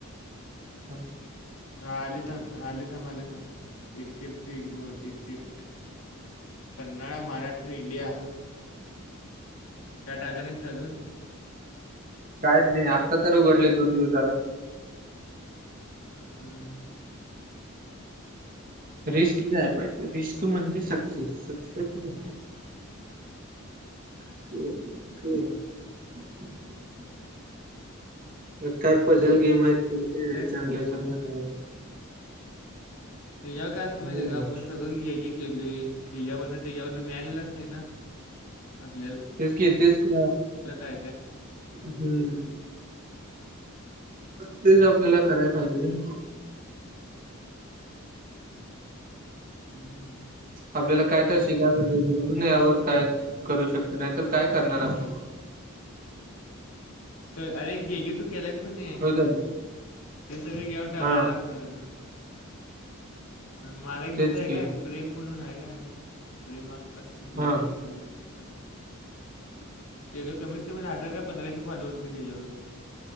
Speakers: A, on the right (about 40°); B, on the left (about 85°).
A: <inaudible>
B: हा आले थांब. आले थांब. आले थांब. Accept ignore accept Panhala, Maharashtra, India काय टाकाय नाहीस काय अजून?
A: कायच नाही, आत्ता तर उघडलंय दोन दिवस झालं.
B: अस आहे होय.
A: रिस्क घ्यायला पाहिजे. रिस्क म्हणजे सक्सेस सक्सेस. <unintelligible> काय पजल गेम. <unintelligible> चांगलं
B: त्यात
A: आहे चांगल आहे.
B: ह्याच्यावर काय
A: हम्म
B: असतं माहित आहे काय, आपण सगळ केलंय ह्याच्यावरलं त्याच्यावरलं मिळालेल असते ना. आपल्याला
A: तेच कि तेच की.
B: काय काय
A: हम्म. तेच आपल्याला कराय पाहिजे रे.
B: हमं.
A: आपल्याला काय तर शिकायला पाहिजे. म्हणून यावर काय करू शकतोय. नाही तर काय करणार आपण.
B: सग अरे जे जे तू केलायस कणी,
A: होय का नाही
B: ते सगळं यावर टाकायचं
A: हा
B: असतं म्हण. माझा एक मित्र
A: तेच
B: आहे
A: की
B: काय प्रेम म्हणून आहे काय. प्रेम <unintelligible> एक मिनट
A: हा
B: येतय काय बघतो थांब. तेज कमीत कमी हजार काय पंधराशे फॉलोअर्स आहे ह्याच्यावर.